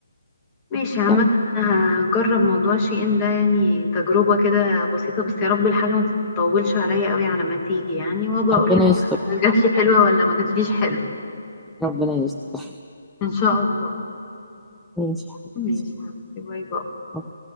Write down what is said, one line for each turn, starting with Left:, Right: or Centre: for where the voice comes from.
Left: ماشي عامة
Centre: يلا
Left: انا هجرب موضوع شي ان ده يعني تجربة كده بسيطة بس يا رب الحاجة ما تطولش عليا قوي على ما تيجي يعني وبقول
Centre: ربنا
Left: لك
Centre: يستر
Left: جاتلي حلوة ولا ما جاتليش حلوة
Centre: ربنا يستر
Left: ان شاء الله
Centre: <laughs> ماشي يا حبيبتي
Left: ماشي يا حبيبتي باي باي
Centre: أوكي.